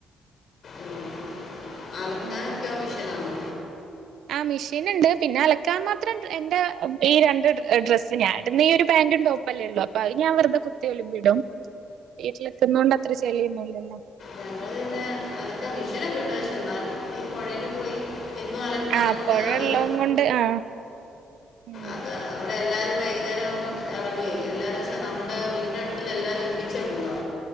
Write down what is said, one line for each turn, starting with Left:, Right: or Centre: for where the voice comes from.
Left: ഉം ആലക്കാരൊക്കെ
Right: ഉം
Left: ഓമിഷനാണോ
Right: ആ മെഷീൻ ഉണ്ട് പിന്നെ അലക്കാൻ മാത്രം എറെ ഈ രണ്ട് ഡ്രസ്സ് ഞായിന്ന് ഈ ഒരു പാന്റും ടോപ്പല്ലേ ഉള്ളു അപ്പൊ ഞാൻ വെറുതെ കുത്തി വലും വിടും വീട്ടിൽെക്കുന്നുണ്ട് അത്ര ചെലിയുന്നു ല്ല
Left: ഞങ്ങള്ൾ പിന്നെ അനക്ക മിഷൻൊക്കെ ഇണ്ട് ചമാും ഈ പുഴൽ പോയി എന്തും അലന
Right: ആ
Left: കൊണ്ട്
Right: പൊഴള്ളതും
Left: അതൊരു
Right: കൊണ്ട് ആ ഉം
Left: അത് എല്ലാരും വൈകുന്നേരകുമ്പോ ഇറങ്ങുവേ എന്താന്നുവെച്ച നമ്മുടെ വീടിന്റെ അടുത്തുള്ള എല്ലാരും ഒരുമിച്ച പോകുവാ